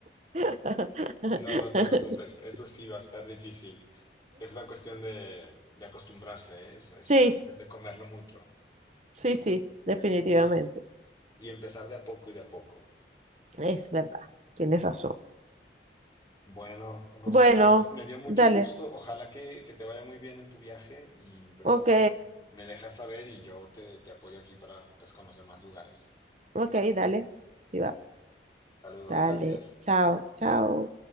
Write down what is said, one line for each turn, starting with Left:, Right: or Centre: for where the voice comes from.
Right: <laughs>
Left: no, no te
Right: <laughs>
Left: preocupes, eso sí va a estar difícil. Es una cuestión de, de acostumbrarse, ¿eh? Es, es,
Right: Sí,
Left: es de comerlo mucho
Right: sí, sí, definitivamente.
Left: y, y empezar de a poco y de a poco.
Right: Es verdad, tienes razón.
Left: Bueno, Rosana,
Right: Bueno,
Left: pues me dio mucho
Right: dale,
Left: gusto, ojalá que, que te vaya muy bien en tu viaje y pues
Right: ok,
Left: me dejas saber y yo te, te apoyo aquí para pues conocer más lugares.
Right: ok, dale. Sí va,
Left: Saludos,
Right: dale,
Left: gracias.
Right: chao, chao.